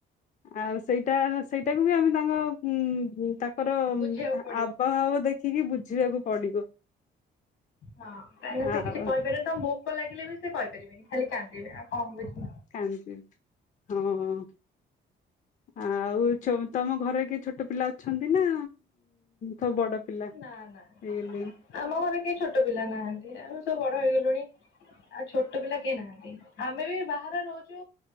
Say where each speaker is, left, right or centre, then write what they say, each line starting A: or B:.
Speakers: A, on the left; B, on the left.
A: ଆଉ ସେଇଟା ସେଇଟାକୁ ବି ଆମେ ତାଙ୍କ ହୁଁ ତାଙ୍କର
B: ବୁଝିବାକୁ ପଡିବ।
A: ଆବଭାବ ଦେଖିକି ବୁଝିବାକୁ ପଡିବ।
B: ହଁ ତାହେଲେ ସେ
A: ଆଉ
B: କିଛି କହିପାରିବେନି ତାଙ୍କୁ ଭୋକ ଲାଗିଲେ ବି ସେ କହିପାରିବେନି ଖାଲି କାନ୍ଦିବେ ଆଉ କଣ ବୁଝ
A: କାନ୍ଦିବେ ହଁ ଆଉ ତମ ଘରେ କିଏ ଛୋଟ ପିଲା ଅଛନ୍ତି ନା,? ସବୁ ବଡ ପିଲା
B: ନାଁ ନାଁ
A: ହେଇଗଲେଣି?
B: ଆମ ଘରେ କେହି ଛୋଟ ଛୋଟ ପିଲା ନାହାନ୍ତି ଆମ ସବୁ ବଡ ହେଇଗଲୁଣି ଆଉ ଛୋଟ ପିଲା କେହି ନାହାନ୍ତି। ଆମେ ବି ବାହାରେ ରହୁଛୁ